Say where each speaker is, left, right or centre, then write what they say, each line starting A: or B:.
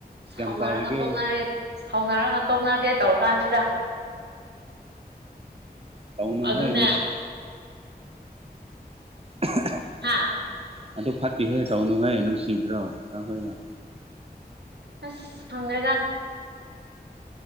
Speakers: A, on the right (about 85°); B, on the right (about 35°).
A: ꯁꯥꯎꯅꯔꯒ
B: ꯆꯥꯎꯔꯤꯒꯦ
A: ꯇꯣꯛꯅꯔꯦ ꯁꯥꯎꯅꯔꯒ ꯇꯣꯛꯅꯒꯦ ꯇꯧꯔ ꯀꯥꯟꯁꯤꯗ
B: ꯇꯧꯅꯨꯍꯦ
A: ꯑꯗꯨꯅꯦ
B: ꯅꯪꯁꯤ <unintelligible>
A: ꯍꯥꯥ
B: ꯑꯗꯨ ꯐꯠꯇꯦꯍꯦ ꯇꯧꯅꯨꯍꯦ ꯅꯨꯡꯁꯤꯗ꯭ꯔꯣ ꯆꯈꯣꯏꯒ
A: ꯑꯁ ꯐꯪꯗ꯭ꯔꯦꯗ